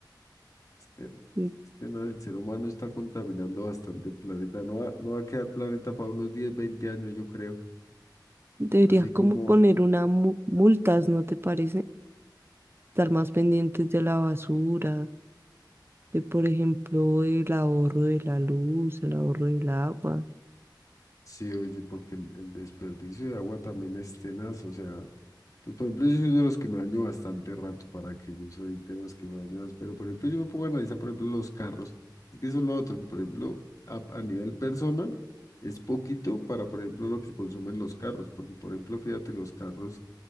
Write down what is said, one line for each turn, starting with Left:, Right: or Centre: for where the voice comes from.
Left: Este-
Right: Y
Left: este no- el ser humano está contaminando bastante el planeta. No va, no va a quedar planeta para unos 10 20 años, yo creo.
Right: Deberían
Left: Así
Right: como
Left: como,
Right: poner una multas, ¿no te parece? Estar más pendientes de la basura, de por ejemplo el ahorro de la luz, el ahorro del agua.
Left: sí, oye, porque el, el desperdicio de agua también es tenaz, o sea. Pues por ejemplo, yo soy uno de los que me baño bastante rato, para que yo soy de los que me baño más, pero por ejemplo yo me pongo a analizar, por ejemplo, los carros. Es que eso es lo otro, que por ejemplo, a, a nivel persona, es poquito para, por ejemplo, lo que consumen los carros, porque por ejemplo, fíjate, los carros,